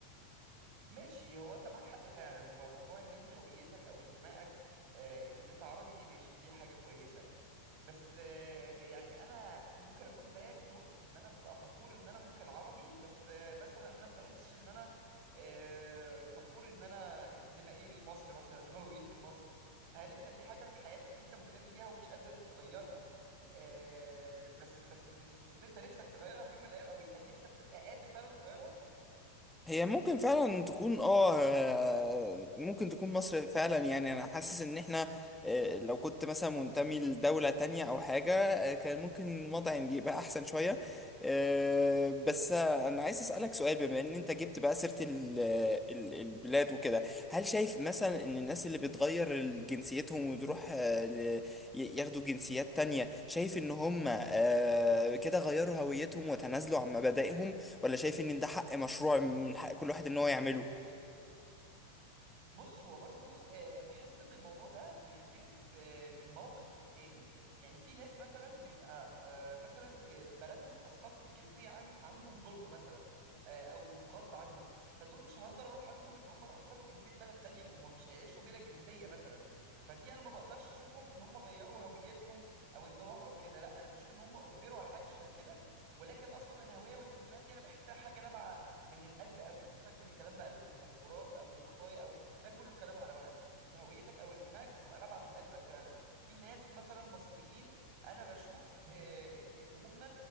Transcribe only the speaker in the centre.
هي ممكن فعلا تكون اه آه، ممكن تكون مصر فعلا يعني انا حاسس ان احنا آه، لو كنت مثلا منتمي لدولة تانية او حاجة آه، كان ممكن الوضع يبقى احسن شوية آه، بس آه، انا عايز اسألك سؤال بما ان انت جبت بقى سيرة ال- ال- البلاد وكده هل شايف مثلا ان الناس اللي بتغير جنسيتهم وتروح آه، ل- ي- ياخدوا جنسيات تانية شايف ان هم آه، كده غيروا هويتهم وتنازلوا عن مبادئهم ولا شايف ان ده حق مشروع من حق كل واحد ان هو يعمله